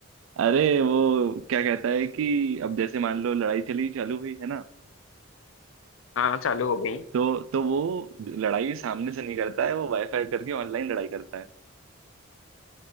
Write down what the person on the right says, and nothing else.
अरे वो क्या कहता है कि अब जैसे मान लो लड़ाई चली चालू हुई है ना
तो तो वो लड़ाई सामने से नहीं करता है वो वाईफाई करके ऑनलाइन लड़ाई करता है